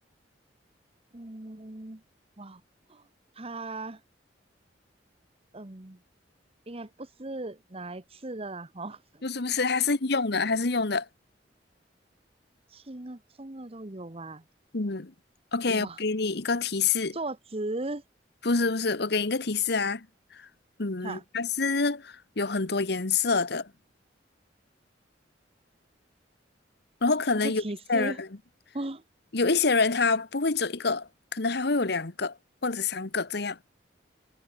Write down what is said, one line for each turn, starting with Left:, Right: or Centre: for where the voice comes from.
Right: 嗯，哇，它嗯，应该不是拿来吃的啦，哦，
Left: 不是不是，还是用的，还是用的。
Right: <laughs> 轻的重的都有啊，
Left: 嗯，OK，
Right: 哇，
Left: 我给你一个提示，
Right: 坐直，
Left: 不是不是，我给你一个提示啊。嗯，
Right: 哈，
Left: 它是有很多颜色的，然后可能有一些人，
Right: 这个提示，哇，
Left: 有一些人他不会只有一个，可能还会有两个或者三个这样。